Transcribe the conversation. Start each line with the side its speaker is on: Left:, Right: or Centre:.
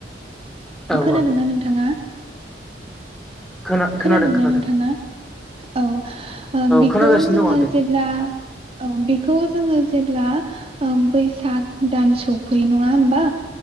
Centre: औ
Right: खोनादोंना
Centre: औ
Right: नोंथाङा।
Centre: खोना
Right: खोनादोंना
Centre: खोनादों खोनादों
Right: नोंथाङा? औ बेखौ
Centre: खोनागासिनो
Right: जोंङो
Centre: दं आं दे
Right: जेब्ला औ बेखौ खौ जोंङो जेब्ला बैसाग दान सफैयो नंङा होमबा।